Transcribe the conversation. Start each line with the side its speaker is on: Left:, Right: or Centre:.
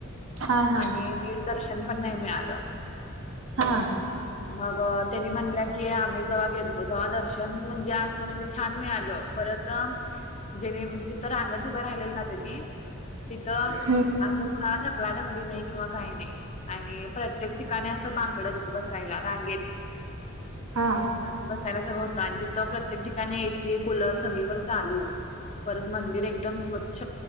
Right: हा हा
Left: आणि निट दर्शन पण नाही मिळालं.
Right: हा.
Left: मग त्यांनी म्हणल्या की, आम्ही जेव्हा गेलतो तेव्हा दर्शन म्हणजे अस म्हणजे छान मिळालं, परत जे म्हणजे रांगेत उभ्या राहिलेल ना त्यांनी तिथं
Right: हम्म
Left: असं कुणाला ढकला ढकली नाही, किंवा काही नाही. आणि प्रत्येक ठिकाणी असं बाकडं बसायला, रांगेत
Right: हा.
Left: असं बसायला सगळं होतं, आणि तिथं प्रत्येक ठिकाणी एसी कुलर सगळीकडें चालू परत, मंदिर एकदम स्वच्छ.